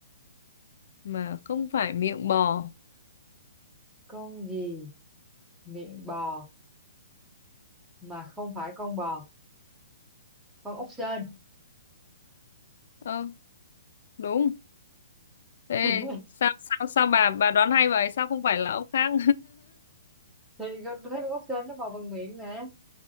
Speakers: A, on the left (about 65°); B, in the centre.
A: mà không phải miệng bò
B: Con gì miệng bò mà không phải con bò, con ốc sên.
A: ơ đúng ê
B: <laughs>
A: sao sao sao bà bà đoán hay vậy sao không phải là ốc khác
B: Thì con tôi thấy con ốc sên nó bò bằng miệng nè,